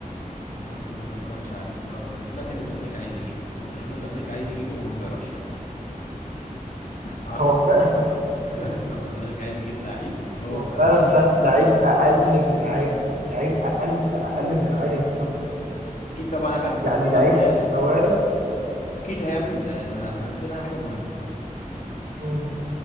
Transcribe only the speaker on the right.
هو فعلا
هو
فعلا
فعلا لعيب اقل من العادي لعيب اقل اقل من العادي يا بيتر بجد
يعني لعيب
مستواه
مم.